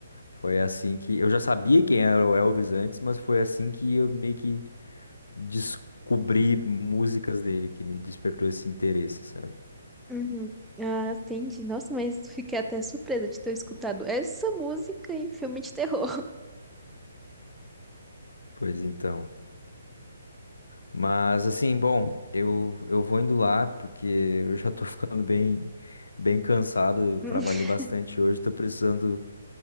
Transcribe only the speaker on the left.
Foi assim que eu já sabia quem era o Elvis antes, mas foi assim que eu meio que descobri músicas dele que me despertou esse interesse, sabe?
Pois então. Mas assim, bom, eu, eu vou indo lá porque eu já tô <laughs> ficando bem bem cansado,
trabalhei bastante hoje, tô precisando